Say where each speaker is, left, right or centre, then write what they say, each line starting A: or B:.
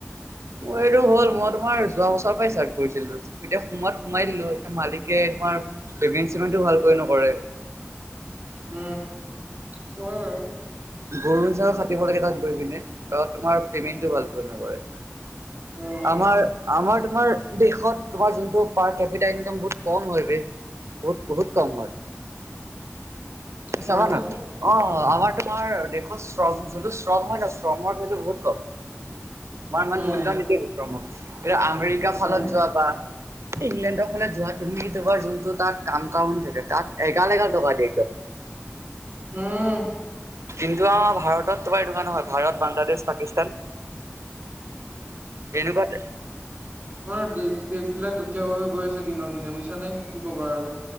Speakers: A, on the right (about 80°); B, on the right (about 30°).
A: মোৰ এইটো হ'ল মই তোমাৰ যোৱা বছৰৰ পৰাই ষ্টাৰ্ট কৰিছিলো। এতিয়া সোমাৱাত সোমাই দিলো এতিয়া মালিকে তোমাৰ পেমেণ্ট চেমেণ্টটো ভালকৈ নকৰে।
B: উম হয় বাৰু।
A: গৰু নিচিনা খাটিব লাগে তাত গৈ পিনে ত তোমাৰ পেমেণ্ট টো ভাল কৈ নকৰে।
B: উম,
A: আমাৰ। আমাৰ তোমাৰ দেশত তোমাৰ যোনটো পাৰ কেমিনেট বহুত কম হয় বে। বহুত বহুত কম হয়। চাবা
B: হয়তো
A: ন অঁ আমাৰ তোমাৰ দেশত শ্ৰম যোনটো শ্ৰম হয় ন শ্ৰমৰ ভেলো বহুত- কওঁক? মই মামে
B: উম,
A: মূল্ডান <unintelligible> এতিয়া আমেৰিকা ফালত
B: উম,
A: যোৱা বা। ইংলেণ্ডৰ ফালে যোৱা তুমি তোমাৰ যোনটো তাত কাম কাউন থাকে তাত এগাল এগাল টকা দিয়ে একদম।
B: উম।
A: কিন্তু আমাৰ ভাৰতত। তোমাৰ এইটো নহয় ভাৰত বাংলাদেশ পাকিস্তান তেনেকুৱাতে।
B: অ দেশ দেশ বিলাক দুখীয়া হৈ গৈ আছে দিনক দিনে বুইছানে কি ক'বা আৰু।